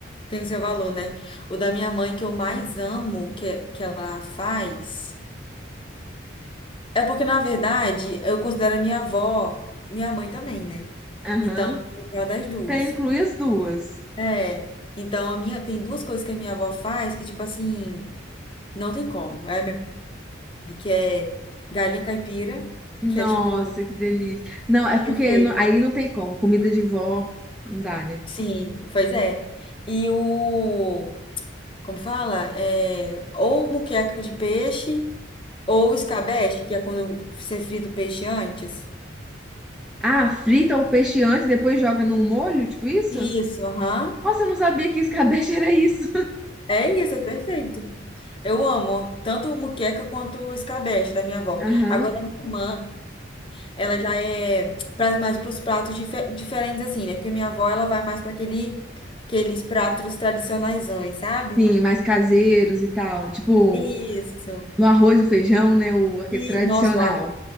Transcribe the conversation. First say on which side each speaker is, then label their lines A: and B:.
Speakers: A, on the left (about 25°); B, in the centre.
A: Tem o seu valor, né? O da minha mãe que eu mais amo que, que ela faz. É porque, na verdade, eu considero a minha avó minha mãe também, né?
B: Aham.
A: Então, eu gosto das duas.
B: Então inclui as duas.
A: É. Então, a minha, tem duas coisas que a minha avó faz que, tipo assim, não tem como. É a mesma, que é galinha caipira,
B: Nossa,
A: que é tipo
B: que delícia. Não, é
A: Perfeito.
B: porque não- aí não tem como. Comida de vó, não dá, né?
A: Sim, pois é. E o, como fala? É, ou muqueca de peixe, ou escabeche, que é quando você frita o peixe antes.
B: Ah, frita o peixe antes, e depois joga num molho, tipo isso?
A: Isso, aham.
B: Nossa, eu não sabia que escabeche era isso.
A: É isso, é perfeito. Eu amo tanto muqueca quanto o escabeche da minha avó.
B: Aham.
A: Agora, a minha irmã, ela já é pra- mais para os pratos dife- diferentes, assim, né? Porque minha avó, ela vai mais para aquele, aqueles pratos tradicionaisões, sabe?
B: Sim, mais caseiros e tal. Tipo,
A: Isso.
B: no arroz e feijão, né? O, aquele
A: E,
B: tradicional.
A: nossa,